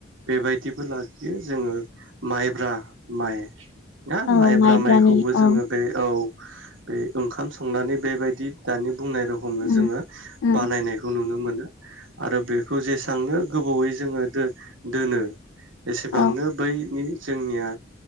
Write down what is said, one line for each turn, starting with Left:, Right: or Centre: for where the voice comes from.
Right: बेबायदिबो लाखियो जोङो माइब्रा माइ ना
Left: औ
Right: माइब्रा
Left: माइब्रानि
Right: माइखौबो
Left: औ
Right: जोङो बे औ बे ओंखाम संनानै बेबायदि दानि बुंनाय रखमनो
Left: उम
Right: जोंङो
Left: उम
Right: बानायनायखौ नुनो मोनो आरो बेखौ जेसांनो गोबावै जोंङो दो दोनो एसेबांनो
Left: औ
Right: बैनि जोंनिया